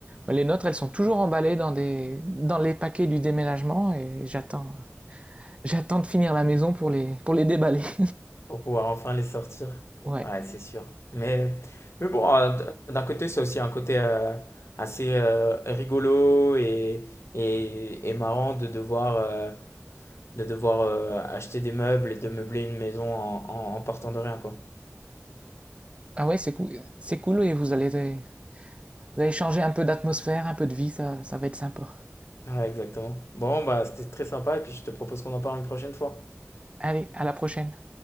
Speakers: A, on the right; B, on the left.
A: Les nôtres, elles sont toujours emballées dans des, dans les paquets du déménagement et j'attends, j'attends de finir la maison pour les, pour les déballer. <laughs>
B: Pour pouvoir enfin les sortir.
A: Ouais.
B: Ouais, c'est sûr. Mais, mais bon, euh, d- d'un côté, c'est aussi un côté euh, assez euh, rigolo et, et, et marrant de devoir, euh, de devoir euh, acheter des meubles et de meubler une maison en, en, en partant de rien, quoi.
A: Ah ouais, c'est cool, c'est cool et vous allez, vous allez changer un peu d'atmosphère, un peu de vie, ça, ça va être sympa.
B: Ouais, exactement. Bon, bah, c'était très sympa et puis je te propose qu'on en parle une prochaine fois.
A: Allez, à la prochaine.